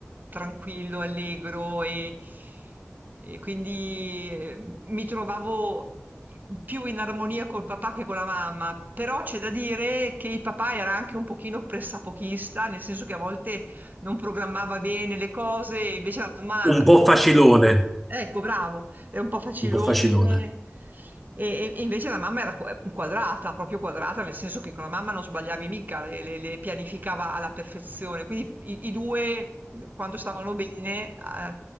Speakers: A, on the right (about 45°); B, in the centre.
A: tranquillo, allegro e, e quindi eh, mi trovavo più in armonia col papà che con la mamma, però c'è da dire che il papà era anche un pochino pressapochista, nel senso che a volte non programmava bene le cose, invece la mamma...
B: Un
A: eh,
B: po' facilone,
A: Ecco, bravo era un po' facilone.
B: un po' facilone.
A: E, e- e invece la mamma era qua- quadrata, proprio quadrata, nel senso che con la mamma non sbagliavi mica, le, le- le pianificava alla perfezione. Quindi i, i due, quando stavano bene, eh,